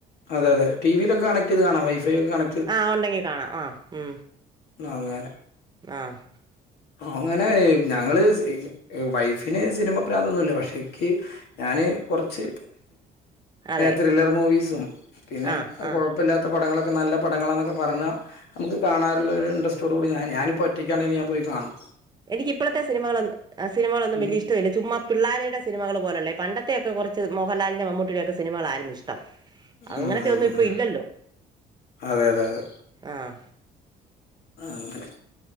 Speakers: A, on the left; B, on the right.
A: അതെ അതെ ടിവിലൊക്കെ കണക്ട് ചെയ്ത് കാണാം വൈ ഫിയൊക്കെ കണ
B: ആഹ് ഒണ്ടെങ്കി കാണാം ആഹ് ഉം
A: അങ്ങനെ
B: ആമ്
A: അങ്ങനെ ഞങ്ങള് വൈഫിന് സിനിമ പ്രാന്തൊന്നുവില്ല പക്ഷേ ഇക്ക് ഞാന് കൊറച്ച്
B: അതെ
A: ത്രില്ലർ മൂവീസും പിന്നെ
B: ആ ആ
A: കൊ ഇപ്പ ഇല്ലത്ത പടങ്ങളൊക്കെ നല്ല പടങ്ങളാന്നക്കെ പറഞ്ഞാ നമുക്ക് കാണാറുള്ള ഒരു ഇൻട്രസ്റ്റോടുകൂടി ഞാ ഞാനിപ്പോ ഒ ക്കാണെല് ഞാൻ പോയികാണും.
B: എനിക്ക് ഇപ്പളത്തെ സിനിമകളോ സിനികളൊന്നും
A: ഉം
B: വല്ല്യ ഇഷ്ടല്ല ചുമ്മ പിള്ളേരുടെ സിനിമകൾ പോലല്ലേ പണ്ട ത്തെയൊക്കെ കൊറച്ച് മോഹൻലാലിന്റെ മമ്മൂട്ടിടെക്കെ സിനിമകളായിരുന്നു ഇഷ്ടം അങ്ങനെത്തെയൊന്നും
A: ഉം ഉം ഉം
B: ഇപ്പൊ ഇല്ലല്ലോ
A: അതെ അതെ അതെ
B: ആഹ്
A: അങ്ങനെ